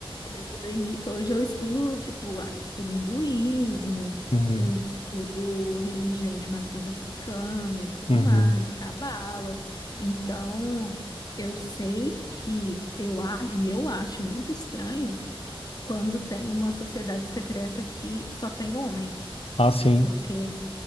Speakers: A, on the left; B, on the left.
A: já estudei Wicca. Hoje eu estudo, tipo, ah, eu estudo hinduísmo,
B: uhum,
A: eu estudo religiões de matriz africana e tudo
B: uhum.
A: mais, cabala. Então, eu sei que eu, a- e eu acho muito estranho quando tem uma sociedade secreta que só tem homem,
B: Ah, sim.
A: porque